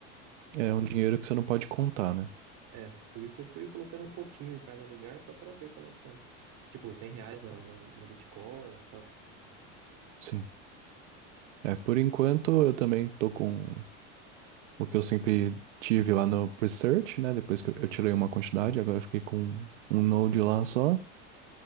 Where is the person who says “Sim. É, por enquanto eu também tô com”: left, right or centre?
Right